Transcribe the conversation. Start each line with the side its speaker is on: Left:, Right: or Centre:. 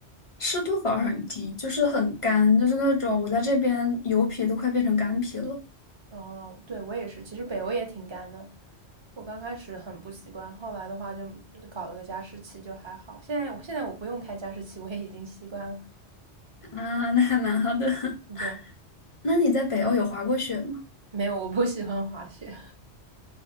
Left: 湿度反而很低，就是很干，就是那种我在这边油皮都快变成干皮了
Right: 哦，对，我也是，其实北欧也挺干的，我刚开始很不习惯，后来的话就搞了个加湿器就还好。现在现在我不用开加湿器，我也已经习惯了。
Left: 啊，那还蛮好的。<laughs>
Right: 对，
Left: 那你在北欧有滑过雪吗？
Right: 没有，我不喜欢滑雪，